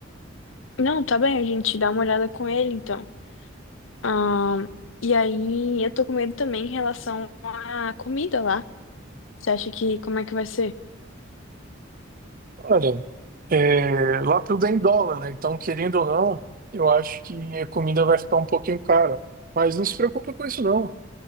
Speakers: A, on the left (about 75°); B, on the right (about 45°).
A: Não, tá bem, a gente dá uma olhada com ele, então. Ah, e aí, eu tô com medo também em relação à comida lá. Você acha que como é que vai ser?
B: Olha, é, lá tudo é em dólar, né? Então, querendo ou não, eu acho que a comida vai ficar um pouquinho cara. Mas não se preocupe com isso, não.